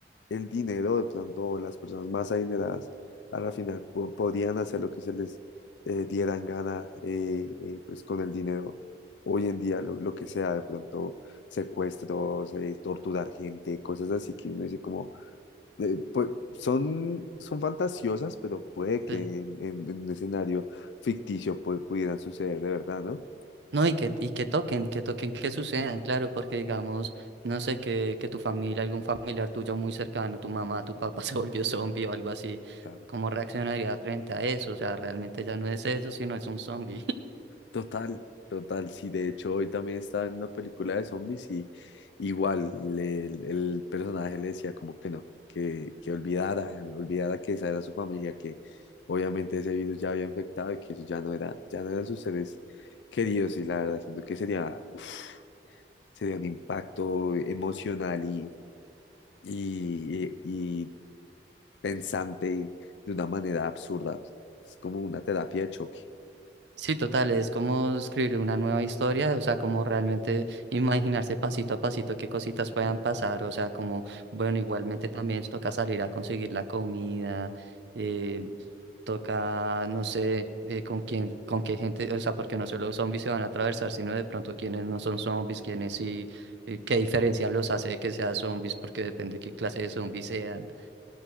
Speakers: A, on the left; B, on the right.
A: el dinero, de pronto las personas más adineradas a la final po- podían hacer lo que se les eh, dieran gana eh, eh, pues con el dinero. Hoy en día lo, lo que sea, de pronto secuestros, eh, torturar gente, cosas así que uno dice como, eh, pues, son, son fantasiosas, pero puede que
B: Sí.
A: en, en- en un escenario ficticio pues, pudieran suceder de verdad, ¿no?
B: No, y que, y que toquen, que toquen, que sucedan, claro, porque digamos, no sé, que, que tu familia, algún familiar tuyo muy cercano, tu mamá, tu papá <laughs> se volvió zombie o algo así,
A: Claro.
B: ¿cómo reaccionaría frente a eso? O sea, realmente ya no es eso, sino es un zombie.
A: Total, total, sí, de hecho hoy también estaba en una película de zombies y igual le- el, el personaje le decía como que no, que, que olvidara, olvidara que esa era su familia, que obviamente ese virus ya había infectado y que eso ya no era, ya no eran sus seres queridos y la verdad siento que sería, uf, sería un impacto emocional y, y, y, y pensante de una manera absurda, o sea, es como una terapia de choque,
B: Sí, total, es como escribir una nueva historia, o sea, como realmente imaginarse pasito a pasito qué cositas puedan
A: claro,
B: pasar, o sea, como, bueno, igualmente también toca salir a conseguir la comida, eh, toca, no sé, eh, con quién, con qué gente, o sea, porque no solo zombies se van a atravesar, sino de pronto quienes no son zombies, quienes sí, eh, qué diferencia los hace de que sean zombies, porque depende qué clase de zombies sean